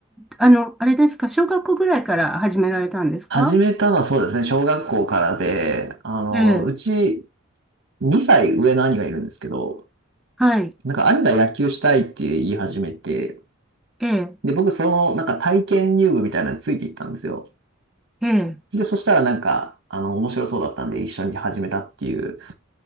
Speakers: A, in the centre; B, on the right.
A: あの、あれですか、小学校ぐらいから始められたんですか
B: 始めたのはそうですね、小学校からで、あの、
A: ええ、
B: うち2歳上の兄がいるんですけど、
A: はい、
B: なんか兄が野球したいって言い始めて、
A: ええ、
B: で、僕その、なんか体験入部みたいなのについていったんですよ。
A: ええ、
B: で、そしたらなんか、あの、面白そうだったんで一緒に始めたっていう、